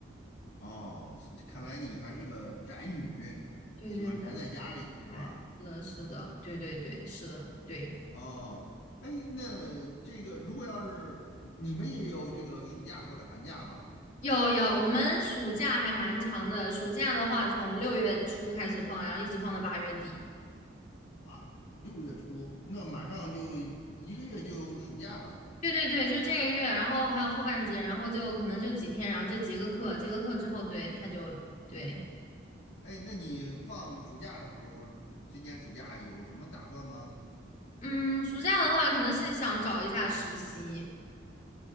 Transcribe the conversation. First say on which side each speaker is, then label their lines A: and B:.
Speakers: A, on the left; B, on the left.
A: 哦，是看来你还是个宅女，
B: 对对，
A: 喜欢宅在家里是吧？
B: 哎，是的，是的，对对对，是的，对。
A: 哦，哎，那这个如果要是你们也有这个暑假或者寒假吧？
B: 有有，我们暑假还蛮长的，暑假的话从六月初开始放，然后一直放到八月底。
A: 啊，六月初，那马上就一个月就有暑假了。
B: 对对对，就这个月，然后还有后半节，然后就可能就几天，然后就结个课，结个课之后，对，他就对。
A: 哎，那你放暑假的时候，今年暑假有什么打算吗？
B: 嗯，暑假的话，可能是想找一下实习。